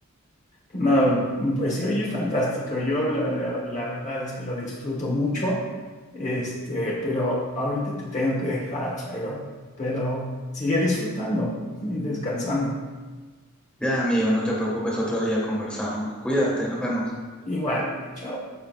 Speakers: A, on the left (about 35°); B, in the centre.
A: No, pues se oye fantástico. Yo la, la- la verdad es que lo disfruto mucho, este, pero ahorita te tengo que dejar, Jairo, pero sigue disfrutando <laughs> y descansando.
B: Ya, amigo, no te preocupes, otro día conversamos. Cuídate, nos vemos.
A: Igual, chao.